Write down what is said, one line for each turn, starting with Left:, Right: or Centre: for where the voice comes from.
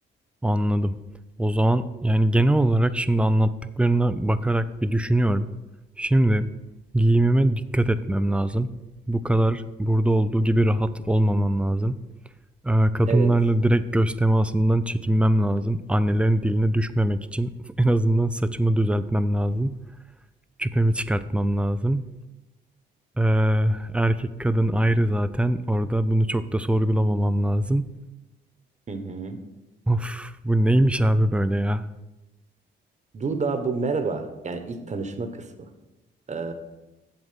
Centre: Anladım. O zaman yani genel olarak şimdi anlattıklarına bakarak bir düşünüyorum. Şimdi giyimime dikkat etmem lazım. Bu kadar burada olduğu gibi rahat olmamam lazım. Ee, kadınlarla
Right: Evet.
Centre: direkt göz temasından çekinmem lazım. Annelerin diline düşmemek için <laughs> en azından saçımı düzeltmem lazım. Küpemi çıkartmam lazım. Ee, erkek kadın
Right: Hmm.
Centre: ayrı zaten. Orada bunu çok da sorgulamamam lazım.
Right: Hı hı.
Centre: Of, bu neymiş abi böyle ya?
Right: Dur daha bu merhaba. Yani ilk tanışma kısmı. Ee...